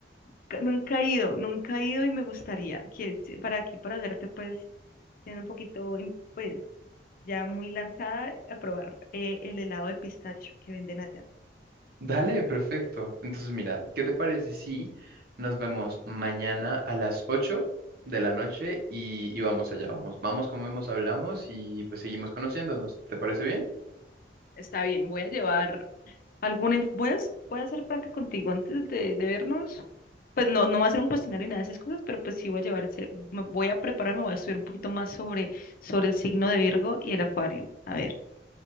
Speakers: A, on the left; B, on the right.
A: ca- nunca he ido, nunca he ido y me gustaría que si- para aquí, para hacerte pues, siendo un poquito, in- pues, ya muy lanzada, a probar eh, el helado de pistacho que venden allá.
B: Dale, perfecto. Entonces, mira, ¿qué te parece si nos vemos mañana a las 8 de la noche y, y vamos allá, vamos, vamos, comemos, hablamos y pues seguimos conociéndonos? ¿Te parece bien?
A: Está bien, voy a llevar, ¿Alguna, inf- voy a, s- voy a ser franca contigo antes de, de vernos? Pues no, no va a ser un cuestionario ni nada de esas cosas, pero pues sí voy a llevar, se- me voy a prepararme, voy a estudiar un poquito más sobre, sobre el signo de Virgo y el Acuario. A ver,